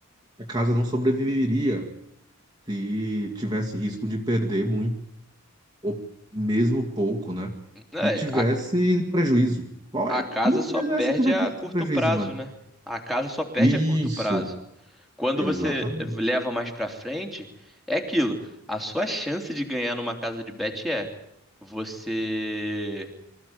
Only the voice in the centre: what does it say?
É,
a,
a
casa
só perde
a
curto
prazo,
né? A casa só perde
a curto prazo. Quando
você leva mais pra frente, é aquilo. A sua chance de ganhar numa casa de bet é você